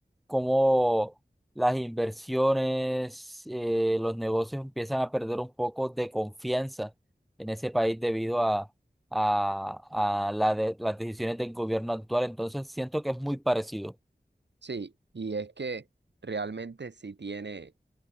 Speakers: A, in the centre; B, on the right.
A: cómo las inversiones, eh, los negocios empiezan a perder un poco de confianza en ese país debido a, a, a la de- las decisiones del gobierno actual. Entonces siento que es muy parecido.
B: Sí, y es que realmente sí tiene,